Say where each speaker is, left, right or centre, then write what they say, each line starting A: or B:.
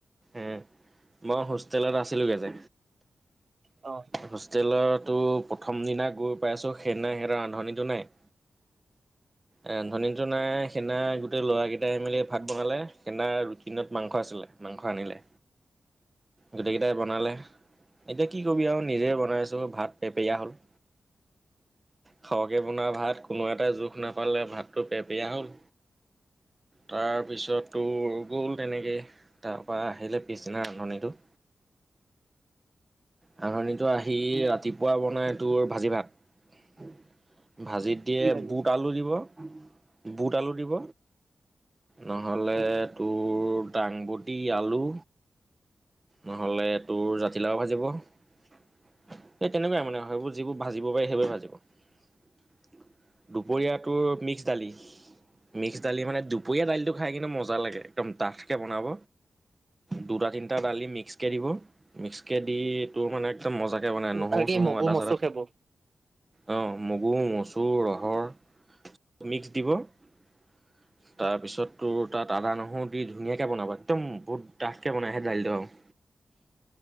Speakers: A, on the right; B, on the right.
A: এহ মই হোষ্টেলত আছিলোঁগে যে।
B: অহ।
A: হোষ্টেলতো প্ৰথম দিনা গৈ পাইছোঁ। সেইদিনা সিহঁতৰ ৰান্ধনিটো নাই। এ ৰান্ধনী তো নাই। সেইদিনা গোটেই ল'ৰাকেইটাই মেলি ভাত বনালে সেইদিনাৰ ৰুটি লগত মাংস আছিলে মাংস আনিলে। গোটেই কেইটাই বনালে। এতিয়া কি কবি আৰু নিজেই বনাই আছোঁ ভাত পেপেৰিয়া হ'ল। খৰকৈ বনোৱা ভাত কোনো এটাই জোখ নাপালে ভাতটো পেপেৰীয়া হ'ল। তাৰপিছত তোৰ গ'ল তেনেকে। তাৰপা আহিলে পিছদিনা ৰান্ধনিটো ৰান্ধনিটো আহি ৰাতিপুৱা বনাই তোৰ ভাজি ভাত ভাজিত দিয়ে
B: কি ভাবি
A: বুট আলু দিব, বুট আলু দিব নহ'লে তোৰ দাংবডি আলু নহলে তোৰ জাতিলাও ভাজিব এই তেনেকুৱাই মানে হয় বু যিবোৰ ভাজিব পাৰি সেইবোৰে ভাজিব দুপৰীয়াটোৰ মিক্স দালি মিক্স দালি মানে দুপৰীয়া দালিটো খাই কিন্তু মজা লাগে একদম ডাঠকে বনাব দুটা, তিনটা দালি মিক্সকে দি মিক্সকে দি তোৰ মানে একদম মজাকে বনায় নহৰু-চহৰু,
B: আৰু কি মগু
A: আদা-
B: মচু
A: চাদা
B: খাব
A: অ'মগু, মচুৰ, ৰহৰ, মিক্স দিব। <inaudible> তাৰপিছত তোৰ তাত আদা-নহৰু দি ধুনীয়াকে বনাবা একদম বহুত ডাঠকে বনাই সেই দাইলটো আৰু <inaudible>